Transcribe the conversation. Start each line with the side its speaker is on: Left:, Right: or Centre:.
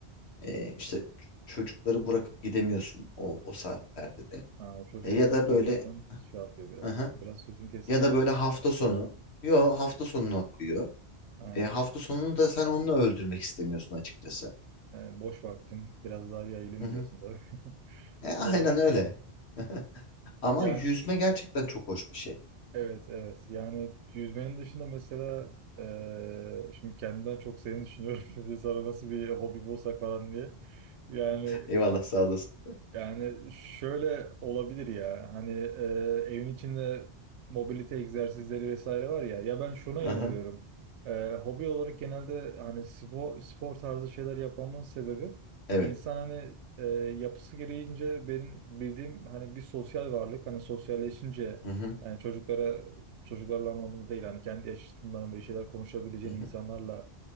Left: e, işte ç- çocukları bırakıp gidemiyorsun o, o saatlerde de
Right: Ha, çocuk
Left: E, ya
Right: olunca
Left: da böyle
Right: zaten şey yapıyor biraz.
Left: hı hı.
Right: Biraz sözünü kestim
Left: ya
Right: ama
Left: da böyle hafta sonu. Yo hafta sonuna koyuyor.
Right: ha,
Left: E, hafta sonunu da sen onunla öldürmek istemiyorsun açıkçası.
Right: yani boş vaktim biraz daha yayılayım
Left: Hı hı.
Right: diyorsun tabii. <laughs>
Left: E, aynen
Right: Doğru.
Left: öyle. <laughs> Ama
Right: Ya
Left: yüzme gerçekten çok hoş bir şey.
Right: evet evet. Yani yüzmenin dışında mesela eee, şimdi kendimden çok seni düşünüyorum. <laughs> Şimdi sana nasıl bir hobi bulsak falan diye. Yani
Left: Eyvallah sağ olasın.
Right: Yani şöyle olabilir ya hani e, evin içinde mobilite egzersizleri vesaire var ya ya ben şuna
Left: Aha,
Right: inanıyorum. E, hobi olarak genelde hani spor, spor tarzı şeyler yapmamın sebebi
Left: evet.
Right: insan hani e, yapısı gereğince benim bildiğim hani bir sosyal varlık hani sosyalleşince
Left: Hı hı,
Right: hani çocuklara çocuklarla anlamında değil hani kendi yaşıtından bir şeyler konuşabileceğin
Left: hı
Right: insanlarla
Left: hı.